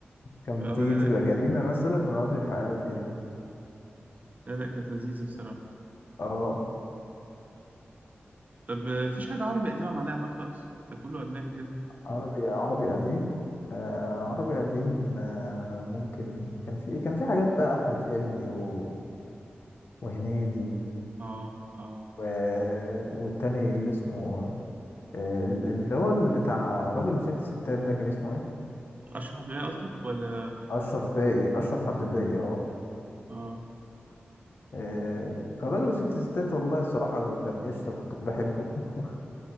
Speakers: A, on the left (about 65°); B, on the right (about 40°).
A: كان
B: اه
A: بتيجي
B: لا
A: تبقى
B: لا كانت
A: جريمة مثلا ويقعدوا يحققوا فيها
B: لا لا كانت لذيذه بصراحه
A: اه
B: طب آه، مفيش حاجه عربي قديمه معلقه معاك خالص ده كله اجنبي كده
A: عربي عربي قديم آه عربي قديم آه ممكن كان في كان في حاجات بقى أحمد حلمي و... وهنيدي
B: اه اه
A: و... والتاني اللي اسمه آه اللي هو اللي بتاع راجل وست ستات ده كان اسمه ايه؟
B: اشرح عبد الباقي قصدك ولا
A: أشرف باقي أشرف عبد الباقي اه
B: اه
A: آه، كان راجل وست ستات والله الصراحة كان قشطة كنت بحبه <laughs>